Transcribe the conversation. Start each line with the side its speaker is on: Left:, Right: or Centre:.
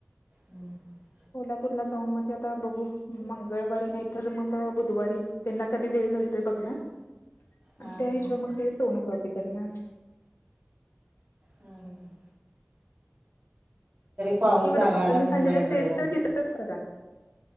Right: हम् हम् <unintelligible>
Left: कोल्हापूरला जाऊन मग ते आता बघू मंगळवारी नाही तरर मग बुधवारी त्यांना कधी वेळ मिळतोय बघणार
Right: हा हा
Left: त्या हिशवा
Right: हा
Left: मग ते सोनोग्राफी करणार.
Right: हम्म हम पाऊस
Left: डॉक्टरांनी
Right: लागाला म्हणून
Left: सांगितलं
Right: बाई बरं
Left: टेस्ट
Right: झालं.
Left: तिथ करा